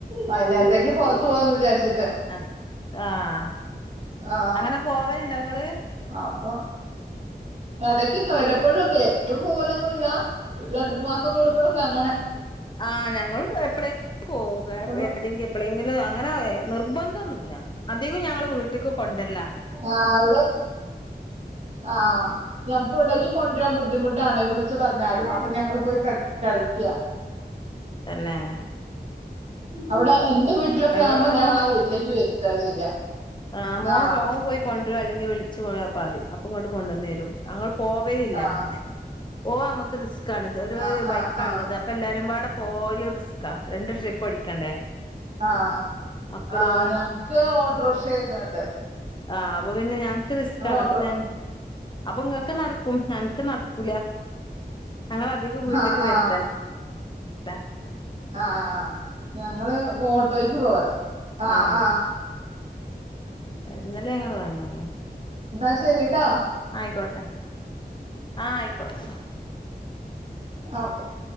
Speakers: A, on the right (about 40°); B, on the left (about 25°).
A: വൈന്നേരത്തേക്ക് പൊറത്ത് പോവാന്ന് വിചാരിച്ച്ട്ട്
B: അ ആഹ്
A: ആ
B: അങ്ങന പോവല്ണ്ടോ ഇങ്ങള്
A: അപ്പൊ എടക്ക് ക്കെ വല്ലപ്പോഴു ഒക്കെ എപ്പഴും പോവലൊന്നുല്ല ഒര് രണ്ട് മാസം കൂടുമ്പോഴക്ക അങ്ങനെ
B: ആഹ് ഞങ്ങളും പോ എപ്പളേ പോവും <unintelligible>
A: ഒരു
B: ഏതെങ്കി എപ്പളെങ്കിലും അങ്ങന എ നിർബന്ധന്നുല്ല അധിക്കും ഞങ്ങള് വീട്ട്ക്ക് കൊണ്ടര്ല്ല
A: ആഹ് ഇവിടെ ആഹ് ഞങ്ങ്ക്ക് ഇവിടെക്ക് കൊണ്ടരാം ബു ദ്ധിമുട്ടാണെ വിളിച്ച് പറഞ്ഞാലും അപ്പ ഞങ്ങള് പോയി കട് കയിക്ക
B: തന്നെ
A: അവിടെ എന്റ വീട്ട്ലൊക്കെ
B: ഇവിടെ
A: ആവുമ്പം
B: മോൻ
A: ഞങ്ങളാ വീട്ട്ലേക്ക് വരുത്താ ചെയ്യാ
B: ആഹ് മോൻ
A: ആ
B: കോ ഓൻ പോയി കൊണ്ടരും അല്ലെങ്കി വിളിച്ചു പോയെ പറയ് അപ്പ ഇങ്ങട്ട് കൊണ്ടന്നരും അങ്ങള് പോവലില്ല
A: ആ
B: അങ്ങനെ പോവാ നമ്മക്ക് റിസ്കാണ് ഒര്
A: ആ ആ
B: ബൈക്കാള്ളത്
A: ആ
B: അ പ്പ എല്ലാരും പാടെ പോവല് റിസ്ക്കാ രണ്ട് ട്രിപ്പ് അടിക്കണ്ടേ
A: ആഹ്
B: മക്കളും
A: ആഹ് ഞങ്ങ്ക്ക് ഓട്ടോറ്ക്ഷ ക്കെണ്ട്
B: ആഹ് അപ്പ പിന്നെ ഞങ്ങ്ക്ക് റിസ്ക്കാണ്
A: ഓട്ടോ
B: അപ്പ ഞങ്ങ് അപ്പം ഇങ്ങക്ക് നടക്കും ഞങ്ങ്ക്ക് നടക്കൂല ഞങ്ങള അധികോം വീട്ട്ക്ക്
A: ആ ആ
B: വരുത്ത ലാ
A: ആഹ് ഞങ്ങള് ഓട്ടോയ്ക്ക് പോവല ആഹ്
B: ആ
A: ആഹ്
B: ഏഹ് ഇന്നലെ ഞങ്ങള് വാങ്ങിനി
A: ഇന്നാ ശെരിട്ടോ
B: ആയ്ക്കോട്ടെ ആഹ് ആയ്ക്കോട്ടെ
A: ആഹ് ഓക്കെ